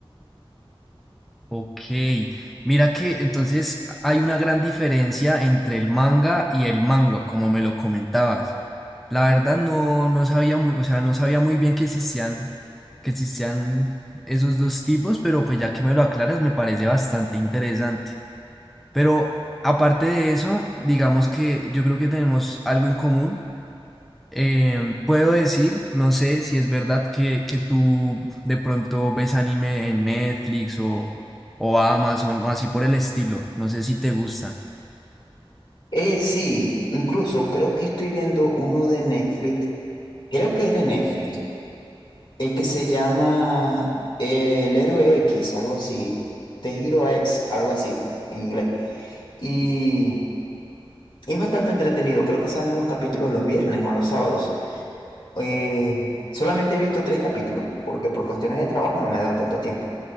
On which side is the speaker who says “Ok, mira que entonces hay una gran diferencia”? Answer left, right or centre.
Centre